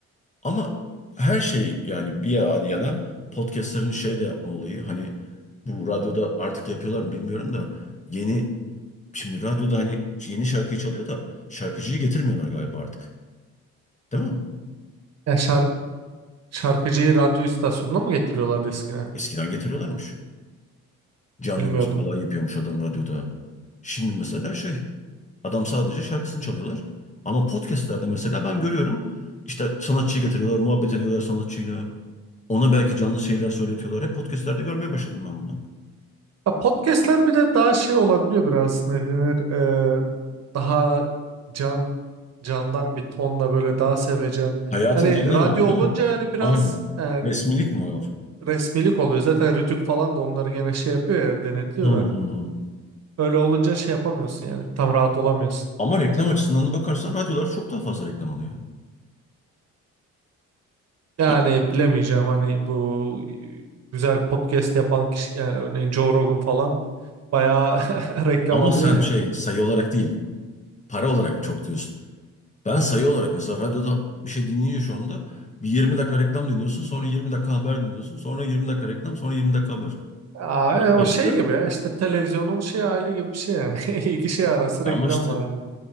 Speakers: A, on the left; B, on the right.
A: Ama her şey yani bir yana podcastlerin şey de yapma olayı hani bu radyoda artık yapıyorlar mı bilmiyorum da yeni şimdi radyoda hani yeni şarkıyı çalıyor da şarkıcıyı getirmiyorlar galiba artık. Değil mi?
B: Ya şar şarkıcıyı radyo istasyonuna mı getiriyorlardı eskiden?
A: Eskiden getiriyorlarmış. Canlı
B: Bilmiyordum.
A: müzik falan yapıyormuş adam radyoda. Şimdi mesela şey, adam sadece şarkısını çalıyorlar. Ama podcastlerde mesela ben görüyorum. işte sanatçıyı getiriyorlar, muhabbet ediyorlar sanatçıyla. Ona belki canlı şeyler söyletiyorlar. Hep podcastlerde görmeye başladım ben bunu.
B: Ya podcastler bir de daha şey olabiliyor biraz ne denir Ee, daha can candan bir tonla böyle daha sevecen.
A: Hayatın
B: Hani
A: içinden
B: radyo
A: oldu
B: olunca
A: değil mi?
B: hani biraz
A: Aynen.
B: e,
A: Resmilik mi o?
B: resmilik oluyor. Zaten Rütük falan da onları gene şey yapıyor ya denetliyor
A: Hı hı
B: da.
A: hı.
B: Öyle olunca şey yapamıyorsun yani. Tam rahat olamıyorsun.
A: Ama reklam açısından da bakarsan radyolar çok daha fazla reklam alıyor.
B: Yani
A: Ya,
B: bilemeyeceğim hani bu güzel podcast yapan kişi yani örneğin Joe Rogan falan bayağı <laughs> reklam
A: Ama
B: alıyor
A: sen şey
B: yani.
A: sayı olarak değil, para olarak çok diyorsun. Ben sayı olarak mesela radyoda bir şey dinleyince şu anda bir 20 dakika reklam dinliyorsun, sonra 20 dakika haber dinliyorsun, sonra 20 dakika reklam, sonra 20 dakika haber.
B: Aa,
A: Podcast'ı
B: e, o şey gibi ya işte televizyonun şey hali gibi bir şey yani. <laughs> İki şey arası reklam
A: Ya ama işte
B: var hani.